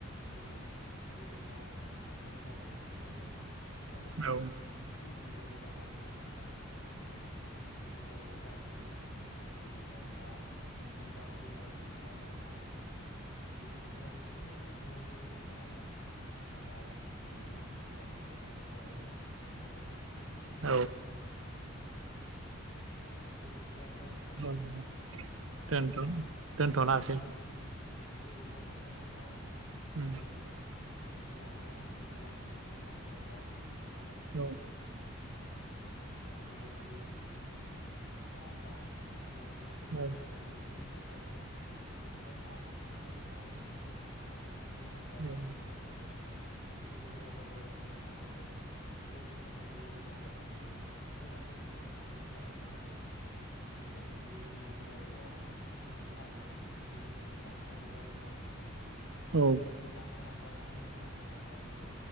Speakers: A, on the left; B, on the right.
A: जेरै गेलेनाय खारनाय बारनाय बेफोरखौ। एसे।
B: औ
A: फ्रिलि हगारनानै होनांगौ आरो माने। फ्राय बिदिनो गाज्रि लोगो। फोरजों लोगो जानाय बा अबेबा बेरायहैलाबायनाय बेफोरदियाव एसे नोजोर होनांगौ आरो। जााखिनै बिनि बिमा बिफा बा। पेरेन्टस। बेफोरो
B: औ
A: औ बेबायदि आरो ओमफ्राय
B: औ औ दोनथ' दोनथ'नांसै
A: आबहावाजों गोरोबनानै थानो। थाखाय। बिदिनो।
B: उम
A: गिया माखासे गियान मोननो नांगोन बा। माखासे।
B: औ
A: बेबायदि। भासा होनो। आ बेबायदि। बि सोलोंनांगोन
B: औ
A: बिदिनि थाखाय। थाखाय माने इसेबां नारसिनाबो न'आवबो दोनबाय थानो हाया एसे। ए हगारनाबो
B: औ
A: होनांगोन आरो। बेफोरबायदि ह। हगारबा माने बिसोरो। लोगोफोरजों लोगो जानानै मोजां लोगोफोरजों लोगो जानानै माने बे जिखुनु जायगायाव बिदि थायोना बेलेक बेलेक भाषानि रायलायनाय बेबायदि। बेदिखौ
B: औ
A: मोनलांनो हाबा। सोलोंलांनो हाबा माने